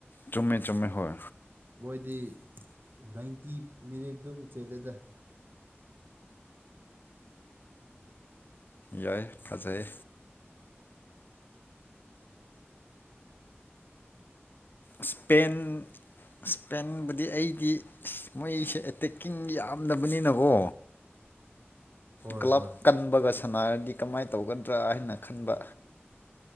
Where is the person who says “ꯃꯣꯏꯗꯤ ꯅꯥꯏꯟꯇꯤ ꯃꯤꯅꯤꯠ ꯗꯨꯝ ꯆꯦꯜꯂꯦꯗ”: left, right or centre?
Right